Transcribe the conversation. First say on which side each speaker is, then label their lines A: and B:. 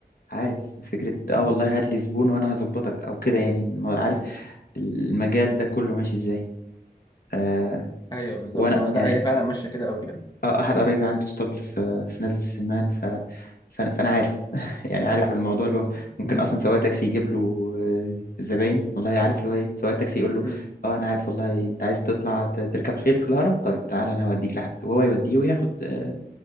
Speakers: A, on the left (about 60°); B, on the left (about 25°).
A: عارف فكرة آه
B: مم.
A: والله هات لي زبون وأنا هظبطك أو كده يعني ما- عارف المجال
B: مم.
A: ده كله ماشي إزاي آه
B: ايوه بالظبط
A: وأنا
B: ما لا
A: يعني
B: هي فعلا ماشيه كده قوي يعني
A: آه، أحد قرايبي عنده اسطبل في في نزلة السمان ف... فأنا فأنا عارف <laughs> يعني عارف الموضوع اللي هو ممكن
B: مم.
A: أصلا سواق تاكسي يجيب له آه، زباين والله عارف اللي هو إيه سواق تاكسي يقول له
B: مم.
A: أه أنا عارف والله أنت عايز تطلع ت- تركب خيل في الهرم طيب تعالى أنا هوديك لحد وهو يوديه وياخد آه،